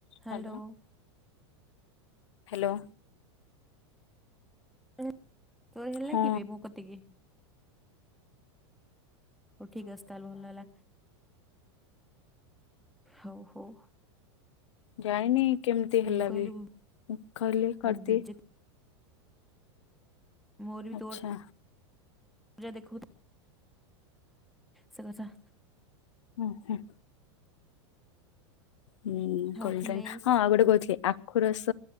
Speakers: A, in the centre; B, on the left.
A: Hello.
B: Hello. Hello.
A: ଏହେ ତୋର ହେଲା
B: ହଁ
A: କିବେ ମୋ କତିକି? ହଉ ଠିକ ଅଛି ତାହେଲେ ଭଲ ହେଲା, ହଉ ହଉ।
B: ଜାଣିନି କେମିତି ହେଲା
A: ମୁଁ କହିଲି
B: ବି? ମୁଁ ଖାଲି କରିଦିଏ।
A: ମୁଁ ବିଜେ ମୋର ବି
B: ଆଚ୍ଛା।
A: ତୋର ପୂରା ଦେଖଉଥୁ ଶିଘ୍ର ସା
B: ଅଁ, ହଁ। ହୁଁ,
A: ଖାଉଥିଲେ
B: କଲ୍ ଟାଇମ୍ ହଁ ଆଉ ଗୋଟେ କହିଥିଲି ଆ ଖୁ ରସ